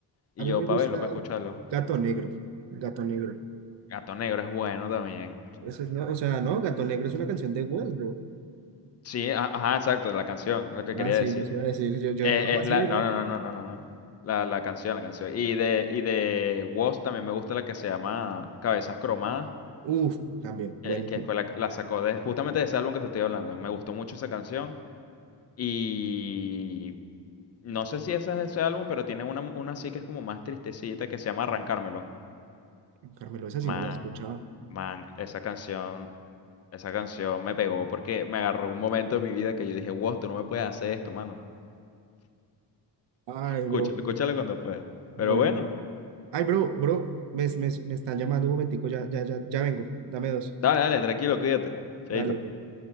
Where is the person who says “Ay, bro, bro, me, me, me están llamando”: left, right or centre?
Right